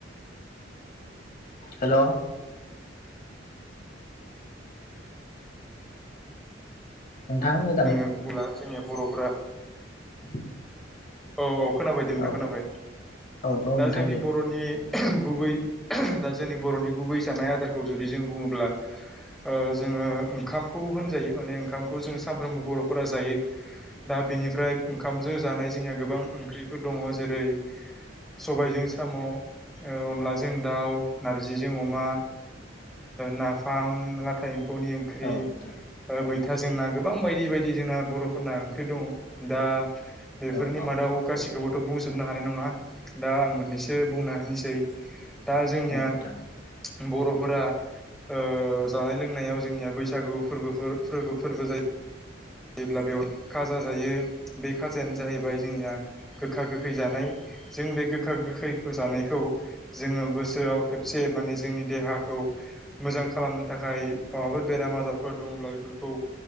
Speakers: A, on the left (about 50°); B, in the centre.
A: हेल' नोंथां मो
B: <unintelligible> जोंनिया बर'फोरा
A: <inaudible>
B: औ औ खोनाबाय दे नोंथां
A: औ
B: खोनाबाय
A: औ औ
B: ।दा
A: नोंथां
B: जोंनि
A: दे
B: बर'नि गुबै दा जोंनि बर'नि गुबै जानाय आदारखौ जुदि जों बुङोब्ला ओ जोङो ओंखामखौ होनजायो ।माने ओंखामखौ जोङो सामफ्रोमबो बर'फोरा जायो। दा बेनिफ्राय ओंखामजों जानाय जोंनिया गोबां ओंख्रिफोर दङ जेरै सबायजों साम' ओ, अनलाजों दाउ, नारजिजों अमा। नाफाम लाथाय एम फौनि ओंख्रि
A: औ नोंथां
B: ओ‌ मैथा जोंना गोबां बायदि बायदि। जोंना बर'फोरना ओंख्रि दङ। दा बेफोरनि
A: औ
B: मादाव गासिखौथ' बुं जोबनो हानाय नङा ।दा आं मोननैसो बुंना होनोसै दा जोंनिया
A: औ नोंथां
B: बर'फोरा ओ जानाय लोंनायाव जोंनिया बैसागु फोरबोफोर फोर फोरबो जायो। जायोब्ला बेयाव खाजा जायो ।बे खाजायानो जाहैबाय जोंनिया गोखा गोखै जानाय जों बे गोखा गो खैखो जानायखौ जोङो बोसोराव खेबसे माने जोंनि देहाखौ मोजां खालामनो थाखाय माबाफोर बेराम आजारफोर दङ ब्ला बेफोरखौ